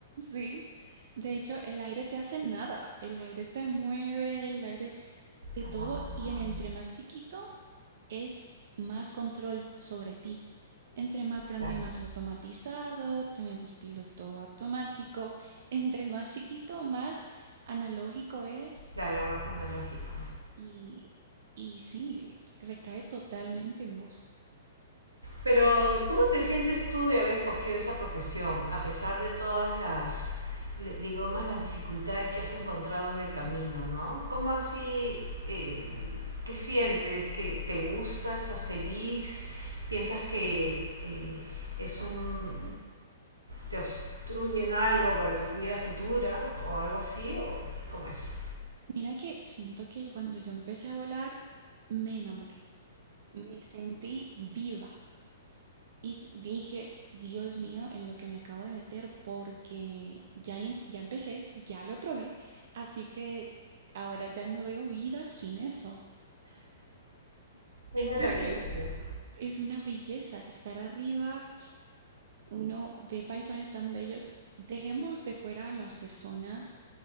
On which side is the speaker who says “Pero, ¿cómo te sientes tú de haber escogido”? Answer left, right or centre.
Right